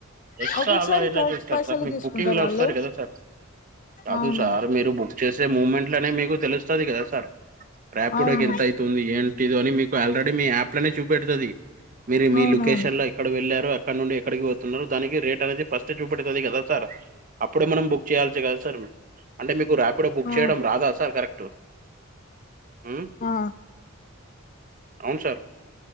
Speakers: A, on the right; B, on the left.
A: ఎక్స్ట్రా
B: ఒక్కొక్కసారి
A: అలా ఎలా
B: కరెక్ట్
A: చేస్తరు
B: పైసలు
A: సార్ మీకు
B: తీసుకుంటారు
A: బుకింగ్ లో
B: వాళ్ళు
A: వస్తది కదా సార్ కాదు
B: అవును
A: సార్ మీరు బుక్ చేసే మూమెంట్లనే మీకు తెలుస్తది కదా సార్ రాప్ ప్పుడుదాక
B: అవును
A: ఎంత అయితుంది ఏంటిదని మీకు ఆల్రెడీ మీ యాప్ లనే చూపెడుతది. మీరు మీ
B: అవునవును
A: లొకేషన్ ల ఎక్కడ వెళ్ళారో అక్కడ నుండి ఎక్కడికి పోతున్నరో దానికి రేట్ అనేది ఫస్ట్ ఎ చూపెడుతది కదా సార్ అప్పుడే మనం బుక్ చేయల్సే కదా సార్ అంటే మీకు రాపిడో బుక్
B: ఆ
A: చేయడం రాదా సార్ కరెక్ట్ మ్మ్
B: ఆ
A: అవును సార్